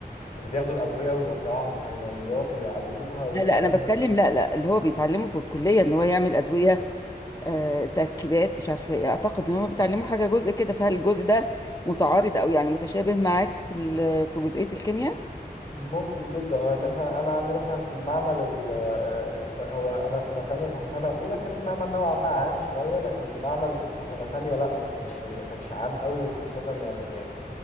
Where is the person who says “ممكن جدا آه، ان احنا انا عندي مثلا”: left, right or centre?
Left